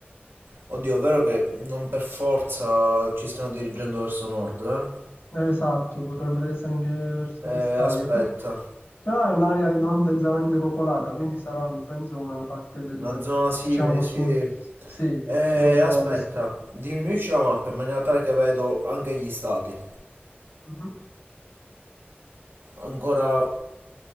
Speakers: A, on the right; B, on the left.
A: Oddio, è vero che non per forza ci stiamo dirigendo verso nord,
B: Esatto, potrebbe essere anche verso
A: eh?
B: quest'area.
A: Eh, aspetta.
B: Poi- Però è un'area non densamente popolata, quindi sarà, penso, una parte del,
A: Una zona simile,
B: diciamo,
A: sì.
B: sud, sì,
A: Eh,
B: sud-ovest.
A: aspetta, diminuisci la mappa in maniera tale che vedo anche gli stati.
B: Mhm.
A: Ancora...